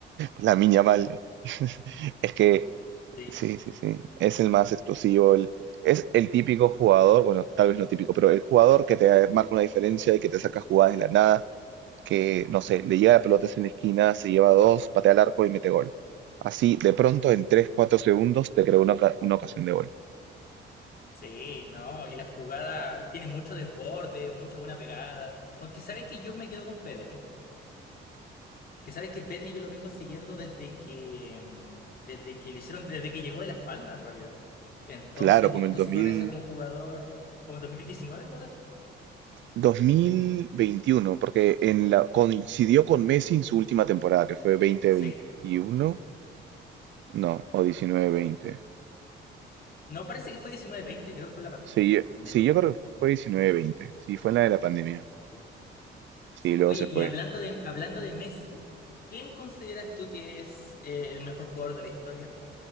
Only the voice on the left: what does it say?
Sí,
Sí, no, y la jugada tiene mucho desborde, mucha buena pegada. Aunque sabes que yo me quedo con Pedri, que sabes que Pedri yo lo vengo siguiendo desde que mm, desde que lo hicieron, desde que llegó de Las Palmas en realidad. Entonces
he visto
su progreso como jugador, como en 2019, ¿podrá ser?
Sí.
No, parece que fue diecinueve veinte, creo que fue la pan-
pandemia.
Sí.
Sí,
oye,
y
hablando de hablando de Messi, ¿quién consideras tú que es eh, el mejor jugador de la historia?